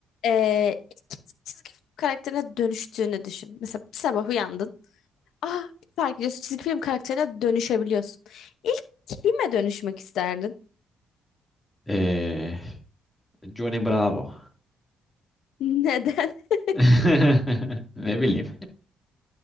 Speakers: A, on the left; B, on the left.
A: Ee, ilk çizgi film karakterine dönüştüğünü düşün. Mesela bir sabah uyandın. Ah bir fark ediyorsun çizgi film karakterine dönüşebiliyorsun. İlk kime dönüşmek isterdin?
B: Ee, Johnny Bravo.
A: Neden? <laughs>
B: <laughs> Ne bileyim.